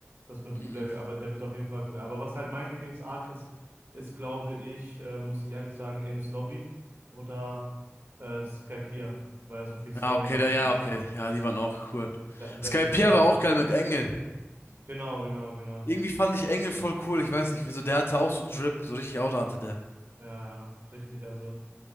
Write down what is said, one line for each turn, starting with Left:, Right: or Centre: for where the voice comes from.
Right: Das mit
Left: Mhm.
Right: Blackbeard, aber der wird auf jeden Fall cool. Aber was halt mein Lieblings-Arc ist, ist, glaube ich, äh, muss ich ehrlich sagen, Enies Lobby oder äh, Skypiea, weil so viel Story
Left: Ja, okay,
Right: dahinter
Left: da, ja,
Right: ist.
Left: okay. Ja, die waren auch cool.
Right: Wir hatten sehr
Left: Sky
Right: viel
Left: Skypiea
Right: Story dahinter.
Left: war auch geil mit Engel.
Right: Genau, genau, genau.
Left: Irgendwie fand ich Engel voll cool. Ich weiß nicht wieso. Der hatte auch so Drip. So richtig Auto hatte der.
Right: Ja, ja, richtig. Also